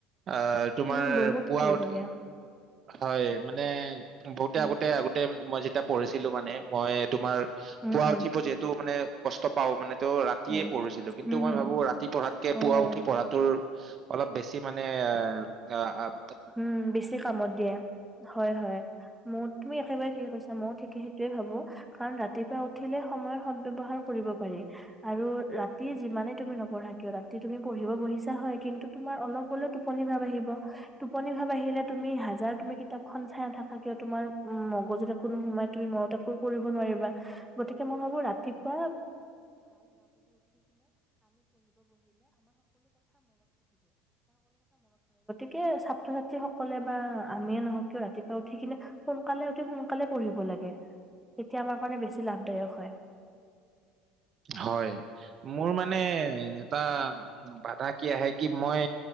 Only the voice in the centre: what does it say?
উম বহুত
প্ৰয়োজনীয়
উম
উম
উম
উম
উম
হুম
অ
উম বেছি কামত দিয়ে। হয় হয় মোৰ তুমি একেবাৰে ঠিকে কৈছা ময়ো ঠিকে সেইটোয়ে ভাবো কাৰণ ৰাতিপুৱা উঠিলে সময়ৰ সদ্ ব্যৱহাৰ কৰিব পাৰি আৰু ৰাতি যিমানে তুমি নপঢ়া কিয় ৰাতি তুমি পঢ়িব বহিছা হয় কিন্তু তুমাৰ অলপ গলে টোপনি ভাব আহিব। টোপনি ভাব আহিলে তুমি হাজাৰ তুমি কিতাপখন চাই নাথাক কিয় তোমাৰ উম মগজুত কোনো সময় তুমি মনত একো কৰিব নোৱাৰিবা, গতিকে মই ভাবো ৰাতিপুৱা ছাত্ৰ ছাত্ৰী সকলে বা আমিয়ে নহওক কিয় ৰাতিপুৱা উঠি কিনে সোনকালে উঠি সোনকালে পঢ়িব লাগে তেতিয়া আমাৰ কাৰণে বেছি লাভদায়ক হয়।